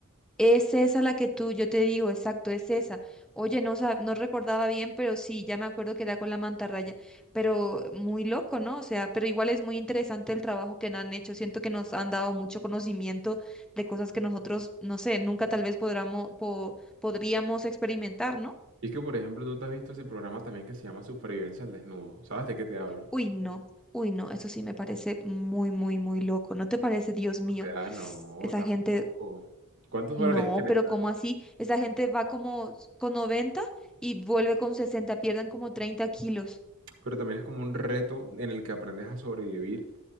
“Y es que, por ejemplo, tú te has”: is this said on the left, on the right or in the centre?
Right